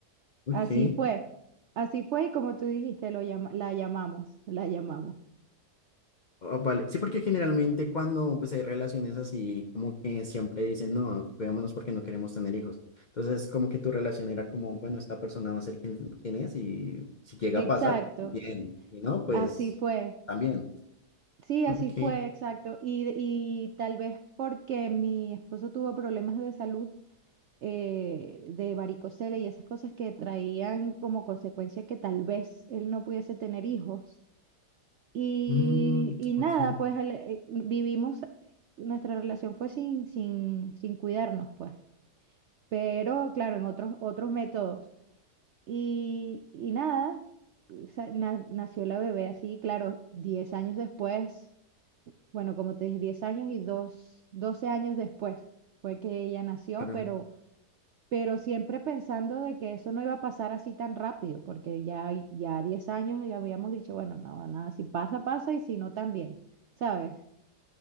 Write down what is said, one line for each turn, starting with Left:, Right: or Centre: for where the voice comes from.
Left: ok,
Right: así fue. Así fue y como tú dijiste, lo llama- la llamamos, la llamamos.
Left: Ah, vale, sí, porque generalmente cuando pues hay relaciones así, como que siempre dicen, no, cuidémonos porque no queremos tener hijos, entonces como que tu relación era como, bueno, esta persona va a ser quien, quien es y si llega
Right: Exacto,
Left: a pasar, bien, si no, pues
Right: así fue.
Left: también,
Right: Sí,
Left: ok,
Right: así fue, exacto. Y, y tal vez porque mi esposo tuvo problemas de salud eh, de varicocele y esas cosas que traían como consecuencia que tal vez él no pudiese tener hijos. Y,
Left: mm,
Right: y nada,
Left: ok,
Right: pues al- eh, vivimos, nuestra relación fue sin, sin, sin cuidarnos, pues. Pero claro, en otros, otros métodos. Y, y nada, sa- na- nació la bebé así, claro, 10 años después. Bueno, como te dije, 10 años y dos, 12 años después fue que ella nació,
Left: claro.
Right: pero, pero siempre pensando de que eso no iba a pasar así tan rápido, porque ya, ya 10 años ya habíamos dicho, bueno, no, nada, si pasa, pasa y si no, también, ¿sabes?